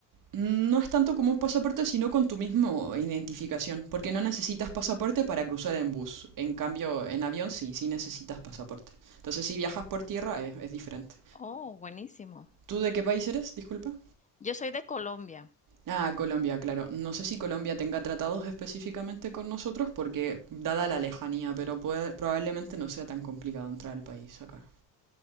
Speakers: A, on the right (about 50°); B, on the left (about 20°).
A: no es tanto como un pasaporte, sino con tu misma identificación, porque no necesitas pasaporte para cruzar en bus. En cambio, en avión sí, sí necesitas pasaporte. Entonces, si viajas por tierra es, es diferente.
B: Oh, buenísimo.
A: ¿Tú de qué país eres? Disculpa.
B: Yo soy de Colombia,
A: Ah, Colombia, claro. No sé si Colombia tenga tratados específicamente con nosotros, porque dada la lejanía, pero puede- probablemente no sea tan complicado entrar al país acá.